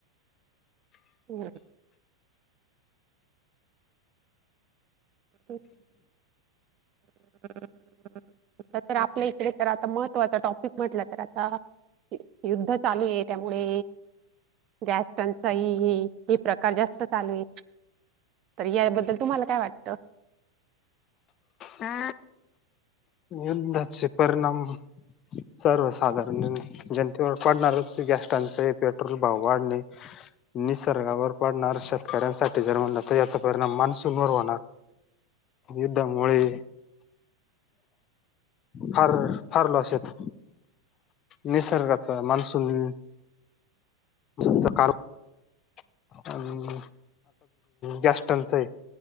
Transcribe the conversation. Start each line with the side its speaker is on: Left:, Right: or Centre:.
Right: <inaudible> बर. <inaudible> आपल्या इकडे तर आता महत्त्वाचा टॉपिक म्हटलं तर आता युद्ध चालू आहे त्यामुळे गॅसटनचाइ हे प्रकार जास्त चालू आहे. तर याबद्दल तुम्हाला काय वाटत?
Left: हा, उद्धाचे परिणाम सर्वसाधारण जनतेवर पडणारच गॅस टांचाई, पेट्रोल भाव वाढणे, निसर्गावर पडणार शेतकऱ्यांसाठी जर म्हणल तर याचा परिणाम मान्सुनवर होणार. युद्ध मुळे
Right: <inaudible>
Left: फार फार लॉस येत. निसर्गाचा, मान्सून <inaudible> सकाळ <inaudible> अन गॅस टंचाई